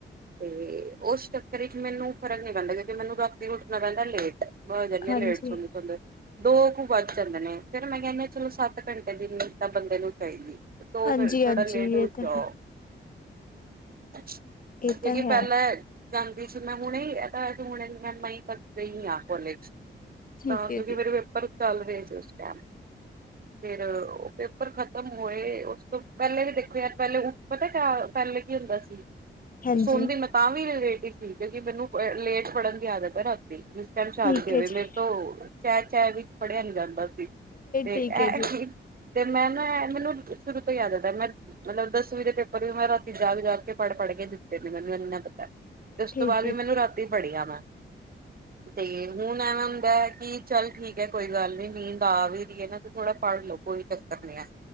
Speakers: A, on the right; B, on the left.
A: ਤੇ ਉਸ ਚੱਕਰ ਵਿੱਚ ਮੈਨੂੰ ਫ਼ਰਕ ਨੀ ਪੈਂਦਾ ਕਿਉਂਕਿ ਮੈਨੂੰ ਰਾਤੀ ਉੱਠਣਾ ਪੈਂਦਾ ਲੇਟ ਬ ਜਾਂਦੀ
B: ਹਾਂਜੀ-ਹਾਂਜੀ।
A: ਲੇਟ ਸੁਣ ਸੁਦੇ ਦੋ ਕੁ ਵੱਜ ਜਾਂਦੇ ਨੇ। ਫੇਰ ਮੈਂ ਕਹਿੰਦੀ ਚਲੋ ਸੱਤ ਘੰਟੇ ਦੀ ਨੀਂਦ ਤਾਂ ਬੰਦੇ ਨੂੰ ਚਾਹੀਦੀ। ਦੋ
B: ਹਾਂਜੀ-ਹਾਂਜੀ
A: ਥੋੜਾ ਲੇਟ ਉੱਠ
B: ਇਹ ਤਾਂ
A: ਜਾਓ।
B: ਹੈ,
A: ' <inaudible> '
B: ਇਹ
A: ਕਿਉਂਕਿ
B: ਤਾਂ
A: ਪਹਿਲਾਂ
B: ਹੈ,
A: ਐ ਜਾਂਦੀ ਸੀ ਮੈਂ ਹੁਣੇ, ਇਹ ਤਾਂ ਅ ਹੁਣੇ ਮੈਂ ਮਈ ਤੱਕ ਗਈ ਹਾਂ ਕੋਲੇਜ।
B: ਠੀਕ
A: ਤਾਂ
B: ਹੈ
A: ਕਿਉਂਕਿ
B: ਜੀ।
A: ਮੇਰੇ ਪੇਪਰ ਚੱਲ ਰਹੇ ਸੀ ਉਸ ਟਾਇਮ। ਫੇਰ ਉਹ ਪੇਪਰ ਖ਼ਤਮ ਹੋਏ ਉਸ ਤੋਂ ਪਹਿਲੇ ਵੀ ਦੇਖੋ ਯਾਰ ਪਹਿਲੇ ਪਤਾ ਕਿਆ ਪਹਿਲੇ ਕੀ ਹੁੰਦਾ ਸੀ ਸੀ।
B: ਹਾਂਜੀ,
A: ਸੁਣ ਦੀ ਮੈਂ ਤਾਂਵੀ ਲੇਟ ਹੀ ਸੀ। ਕਿਉਂਕਿ ਮੈਨੂੰ ਲੇਟ ਪੜ੍ਹਨ ਦੀ ਆਦਤ ਐ ਰਾਤੀਂ ਸ਼ਾਂਤੀ
B: ਠੀਕ
A: ਹੋਵੇ
B: ਹੈ ਜੀ,
A: ਮੇਰੇ ਤੋਂ ਚੈ-ਚੈ ਵਿੱਚ ਪੜਿਆ ਨੀ ਜਾਂਦਾ ਸੀ। ਤੇ
B: ਠੀਕ
A: ਇਹ
B: ਹੈ ਜੀ,
A: ਤੇ ਮੈਂ ਨਾ ਇਹ ਮੈਨੂੰ ਸ਼ੁਰੂ ਤੋਂ ਆਦਤ ਮੈਂ ਮਤਲਬ ਦਸਵੀਂ ਦੇ ਪੇਪਰ ਵੀ ਮੈਂ ਰਾਤੀ ਜਾਗ-ਜਾਗ ਕੇ ਪੜ੍ਹ-ਪੜ੍ਹ ਕੇ ਦਿੱਤੇ ਨੇ ਮੈਨੂੰ ਇੰਨਾ ਪਤਾ। ਤੇ ਉਸ
B: ਠੀਕ
A: ਤੋਂ ਬਾਅਦ ਵੀ
B: ਹੈ।
A: ਮੈਨੂੰ ਰਾਤ ਪੜ੍ਹਿਆ ਮੈਂ ਤੇ ਹੁਣ ਐਵੇਂ ਹੁੰਦਾ ਐ। ਕਿ ਚਲ ਠੀਕ ਆ ਕੋਈ ਗੱਲ ਨੀ ਨੀਂਦ ਆ ਵੀ ਰਹੀ ਆ ਨਾ ਤੇ ਥੋੜਾ ਪੜ ਲੋ ਕੋਈ ਚੱਕਰ ਨੀ ਐ।